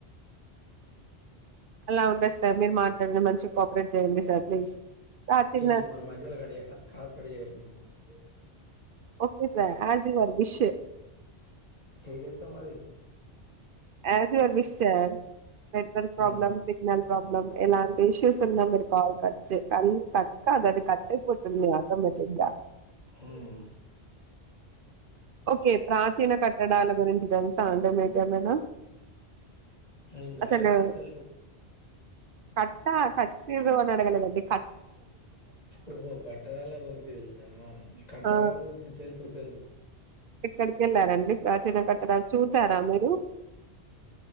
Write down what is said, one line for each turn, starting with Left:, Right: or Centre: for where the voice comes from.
Right: అలా ఉండదు సార్ మీరు మాట్లాడి మంచి కోఆపరేట్ చేయండి సార్ ప్లీజ్ ఆ చిన్న
Left: చెయ్య మరి మధ్యలో కడయాలా కార్పరడ చేయ్యాలి నేను స
Right: ఓకే సార్ ఆజవ విషయ
Left: చేసేస్తా మరి
Right: అ జర్ విశ్వార్ నెట్వర్క్ ప్రాబ్లమ్
Left: ఉమ్
Right: సిగ్నల్ బ్ల ఎలాంటి ఇష్యూస్ ఆ కట్ కల్ కట్ అ అ కట్ అయిపోతుంది ఆటోమేటిక్ గా
Left: ఉమ్
Right: ఓకే ప్రాచీన కట్టడాల గురించి సాండమేతేమేనా
Left: నేను కట్టలేదని
Right: అసలు
Left: తెలుసు
Right: కట్టా కట్ ఇ వ అగలడి
Left: ఓహో కట్టదాల గురించి తెలుసా కట్టదాలం
Right: ఆ
Left: గురించి తెలుసు తెలుసు
Right: ఎక్కడికి వెళ్లారండి ప్రాచీన కట్టడాలు చూసారా మీరు